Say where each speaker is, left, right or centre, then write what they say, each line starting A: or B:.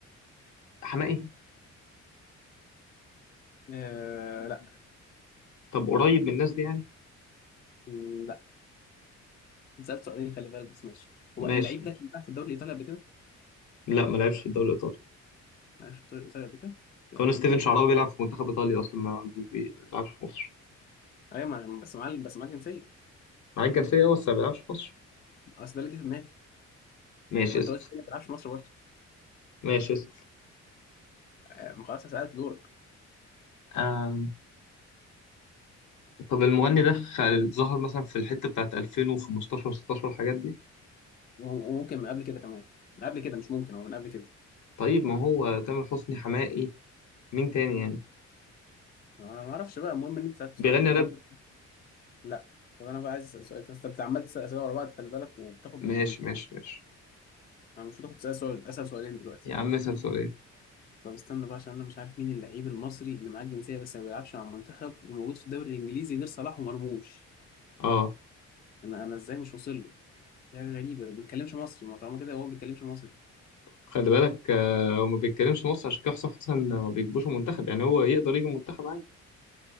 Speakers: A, on the left; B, on the left.
A: حماقي
B: آه لا
A: طب قريب من الناس دي يعني
B: م، لا سالت سؤالين خلي بالك بس ماشي
A: ماشي
B: هو اللعيب ده
A: ماشي
B: كان بيلعب في الدوري الايطالي قبل كده
A: لا ما لعبش في الدوري الايطالي
B: ما عرفش الدوري الايطالي قبل كده لا
A: كان
B: مش
A: ستيفن
B: الفلوس
A: شعراوي بيلعب في منتخب ايطاليا اصلا ما بي- بيلعبش في مصر
B: ايوه ما بس معاه بس معاه الجنسيه
A: معاه الجنسيه بس ما بيلعبش في مصر
B: اصل ده اللي جه في دماغي
A: ماشي
B: ما
A: اسال
B: انت قلت لي ما بتلعبش في مصر برضه
A: ماشي اسال
B: آه ما خلاص سالت دورك
A: آم، طب المغني ده خ- ظهر مثلا في الحتة بتاعت 2015 16 الحاجات دي
B: وممكن من قبل كده كمان من قبل كده مش ممكن هو من قبل كده
A: طيب ما هو تامر حسني حماقي مين تاني يعني
B: انا ما اعرفش بقى المهم ان انت سالت
A: بيغني
B: سؤال طب
A: راب
B: انا لا طب انا بقى عايز اسال سؤال انت بت- عمال تسال اسئله ورا بعض خلي بالك وبتاخد
A: ماشي
B: من
A: ماشي ماشي
B: انا المفروض اخد سؤال سؤال اسال سؤالين دلوقتي
A: يا عم اسأل سؤالين
B: طب استنى بقى عشان انا مش عارف مين اللعيب المصري اللي معاه الجنسيه بس ما بيلعبش مع المنتخب وموجود في الدوري الانجليزي غير صلاح ومرموش
A: اه
B: انا انا ازاي مش واصل له حاجه غريبه ما بيتكلمش مصري ما هو طالما كده هو ما بيتكلمش مصري
A: خلي بالك آه، هو ما بيتكلمش مصر عشان كده حسام حسن ما بيجيبوش المنتخب يعني هو يقدر يجي المنتخب عادي